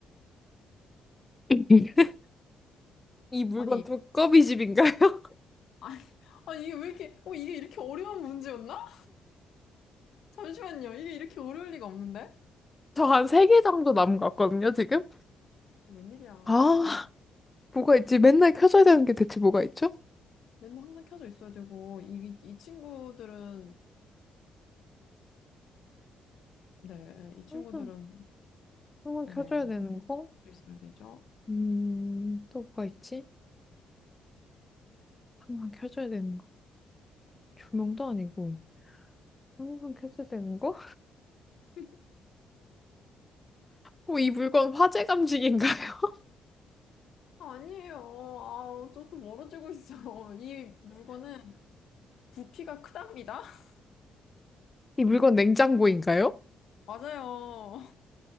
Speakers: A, on the left (about 20°); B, on the left (about 70°).
A: <laughs> 이 물건
B: 아니
A: 두꺼비
B: <laughs>
A: 집인가요? <laughs>
B: 아 아니, 이게 왜 이렇게 어 이게 이렇게 어려운 문제였나? 잠시만요. 이게 이렇게 어려울 리가 없는데?
A: 저 한 세 개 정도 남은 것 같거든요, 지금?
B: 어, 웬일이야. 어,
A: 아, 뭐가 있지? 맨날 켜져야 되는 게 대체 뭐가 있죠?
B: 맨날 항상 켜져 있어야 되고 이, 이 친구들은 네 네 이 친구들은
A: 항상, 항상 켜져야
B: 네
A: 되는
B: 항상
A: 거?
B: 켜져 있어야 되죠.
A: 음, 또 뭐가 있지? 항상 켜져야 되는 거. 조명도 아니고, 항상 켜져야 되는 거?
B: <laughs>
A: 어, 이 물건 화재 감지기인가요? <laughs>
B: 아니에요. 아, 저또 멀어지고 있어. 이 물건은 부피가 크답니다. <laughs>
A: 이 물건 냉장고인가요?
B: 맞아요.